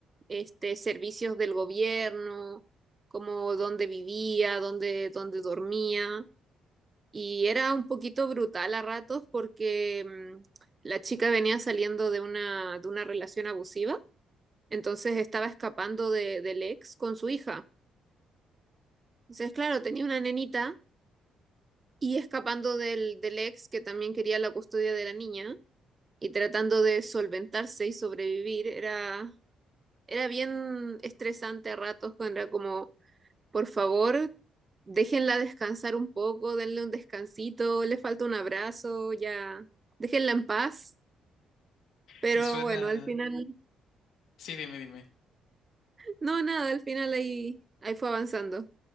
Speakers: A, on the right; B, on the left.
A: este, servicios del gobierno, como dónde vivía, dónde, dónde dormía. Y era un poquito brutal a ratos porque mm, la chica venía saliendo de una, de una relación abusiva entonces estaba escapando de, del ex con su hija. Entonces, claro, tenía una nenita y escapando del, del ex que también quería la custodia de la niña y tratando de solventarse y sobrevivir. Era, era bien estresante a ratos cuando era como, por favor, déjenla descansar un poco, denle un descansito, le falta un abrazo, ya, déjenla en paz. Pero
B: sí suena.
A: bueno, al final,
B: Sí, dime, dime.
A: no, nada, al final ahí, ahí fue avanzando.